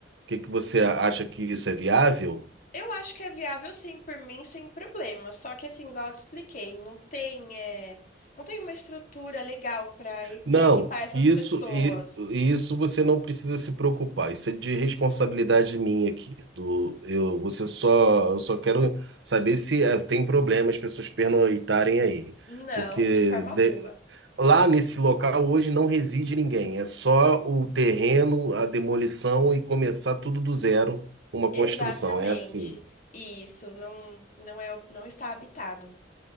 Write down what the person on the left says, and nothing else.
Eu acho que é viável sim, por mim, sem problema. Só que assim, igual eu te expliquei, não tem, é, não tem uma estrutura legal para
para equipar essas
pessoas.
Não,
de forma
alguma.
Exatamente.
Isso não não é não está habitado.